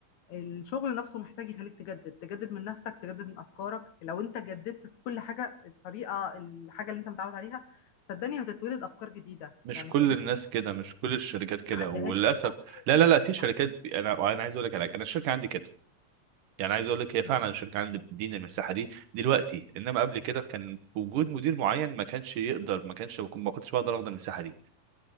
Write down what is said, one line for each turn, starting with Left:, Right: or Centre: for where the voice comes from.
Left: الشغل نفسه محتاج يخليك تجدد تجدد من نفسك تجدد من افكارك لو انت جددت كل حاجه الطريقه الحاجه اللي انت متعود عليها صدقني هتتولد افكار جديده
Right: مش
Left: يعني
Right: كل
Left: فاهم
Right: الناس كده مش كل الشركات كده
Left: ما عندهاش
Right: وللاسف
Left: القابليه دي.
Right: لا لا لا في شركات
Left: صح
Right: بي- انا انا عايز اقول لك على حاجة. انا الشركه عندي كده يعني عايز اقول لك هي فعلا
Left: مم.
Right: الشركه عندي بتديني المساحه دي دلوقتي انما قبل كده كان وجود مدير معين ما كانش يقدر ما كانش بكون- ما كنتش بقدر اخد المساحه دي